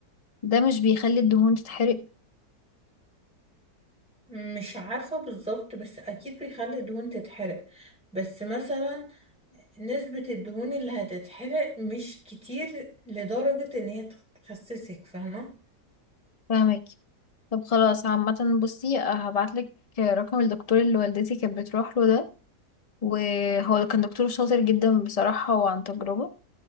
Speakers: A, on the left; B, in the centre.
A: ده مش بيخلي الدهون تتحرق
B: مش عارفة بالظبط بس أكيد بيخلي الدهون تتحرق بس مثلا نسبة الدهون اللي هتتحرق مش كتير لدرجة إن هي تخسسك فاهمة
A: فاهمك طب خلاص عامة بصي هبعتلك رقم الدكتور اللي والدتي كانت بتروح له ده وهو كان دكتور شاطر جدا بصراحة وعن تجربة